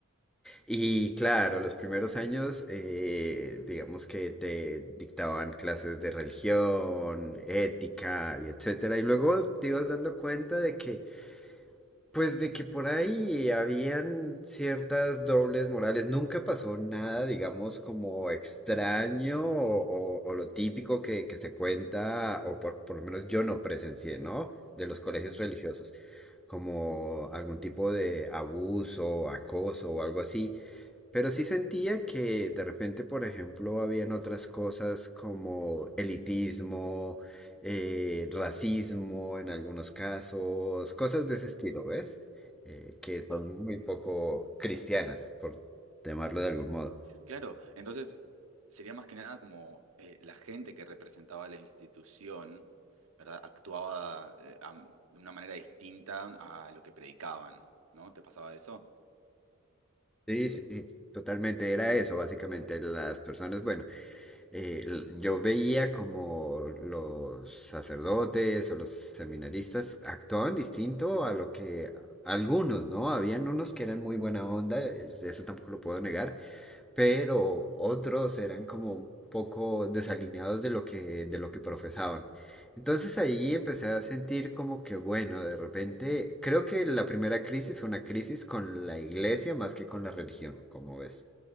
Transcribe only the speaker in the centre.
Y claro, los primeros años, eh, digamos que te dictaban clases de religión, ética y etcétera, y luego te ibas dando cuenta de que pues de que por ahí habían ciertas dobles morales, nunca pasó nada, digamos, como extraño o, o- o lo típico que, que se cuenta, o por, por lo menos yo no presencié, ¿no? De los colegios
religiosos como algún tipo de abuso, acoso o algo así. Pero sí sentía que de repente, por ejemplo, habían otras cosas como elitismo, eh, racismo en algunos casos, cosas de
ese estilo, ¿ves? Eh, que son
muy poco cristianas, por llamarlo de algún modo.
Sí, sí, sí, totalmente era eso, básicamente. Las personas, bueno. eh, l- yo veía como los sacerdotes o los seminaristas actuaban distinto a lo que algunos, ¿no? Habían unos que eran muy buena onda, eh, eso tampoco lo puedo negar, pero otros eran como un poco desalineados de lo que, de lo que profesaban. Entonces ahí empecé a sentir como que, bueno, de repente, creo que la primera crisis fue una crisis con la iglesia más que con la religión, como ves